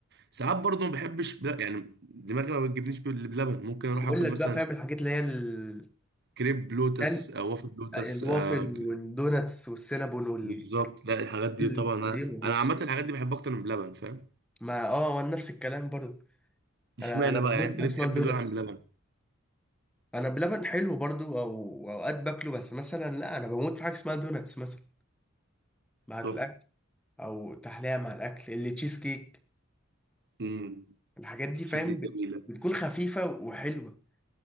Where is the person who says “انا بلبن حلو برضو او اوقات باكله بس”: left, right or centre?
Centre